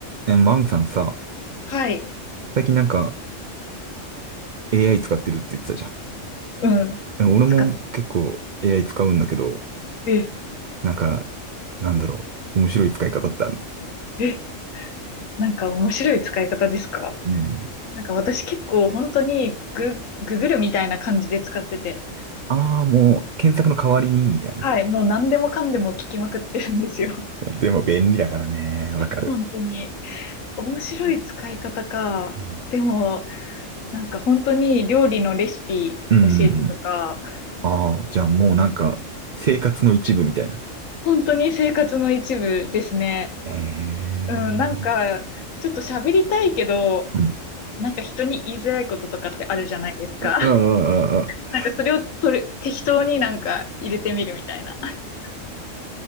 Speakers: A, on the right (about 80°); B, on the left (about 90°).
A: え、マミさんさ、
B: はい。
A: 最近なんか AI 使ってるって言ってたじゃん。
B: うん。
A: え俺も結構
B: 使っ
A: AI 使うんだけど、
B: て、
A: なんか、なんだろう、面白い使い方ってあるの
B: え、なんか面白い使い方ですか
A: うん。
B: なんか私結構本当にグ、ググるみたいな感じで使ってて。
A: ああ、もう検索の代わりに、みたいな。
B: はい。もう何でもかんでも聞きまくってるんですよ。
A: でも便利だからね、わかる。
B: <laughs> 本当に。面白い使い方か。
A: うん。
B: でも、なんか本当に料理のレシピ教えてとか、
A: うんうんうん。ああ、じゃあもうなんか、生活の一部みたいな。
B: 本当に生活の一部ですね。
A: ええ
B: うん。なんか、ちょっと喋りたいけど、
A: うん。
B: なんか人に言いづらいこととかってあるじゃないですか。
A: ああ、ああ、ああ
B: なんかそれを取る、適当になんか入れてみるみたいな。<laughs>